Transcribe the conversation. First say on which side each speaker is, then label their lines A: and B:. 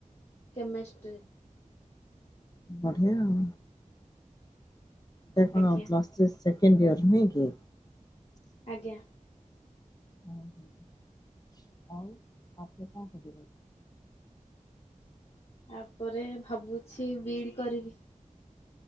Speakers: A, on the left; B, on the left.
A: କେମେଷ୍ଟ୍ରି।
B: ବଢିଆ ଆଉ। ଏଟା କଣ
A: ଆଜ୍ଞା
B: ପ୍ଲସ୍ ଥ୍ରୀ ସେକେଣ୍ଡ ଇଅର ନୁହେଁ କି?
A: ଆଜ୍ଞା।
B: ଓହ ଆଉ ତାପରେ କଣ କରିବ?
A: ଆପରେ ଭାବୁଛି ବି ଇ ଡ଼ି କରିବି।